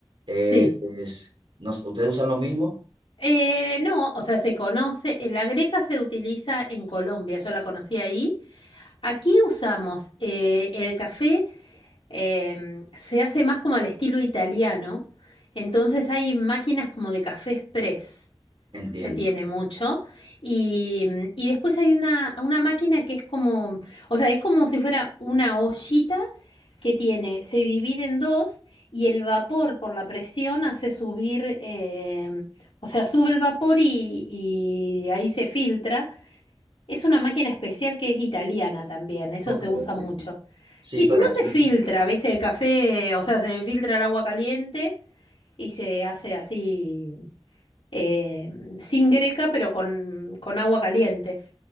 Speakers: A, on the right; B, on the left.
A: Eh,
B: sí.
A: es- no sé, ¿ustedes usan lo mismo?
B: Eh, no, o sea, se conoce, eh, la greca se utiliza en Colombia, yo la conocí ahí. Aquí usamos eh, el café, em, se hace más como al estilo italiano, entonces hay máquinas como de café express.
A: Entiendo.
B: se tiene mucho. Y, mm, y después hay una, una máquina que es como, o sea, es como si fuera una ollita que tiene, se divide en dos y el vapor por la presión hace subir, eh, o sea, sube el vapor y, y ahí se filtra. Es una máquina especial que es italiana también, eso
A: Ok,
B: se usa
A: ok.
B: mucho.
A: Sí,
B: Y
A: pero
B: si no
A: aquí
B: se filtra, viste, el café, o sea, se filtra el agua caliente y se hace así eh, sin greca, pero con, con agua caliente.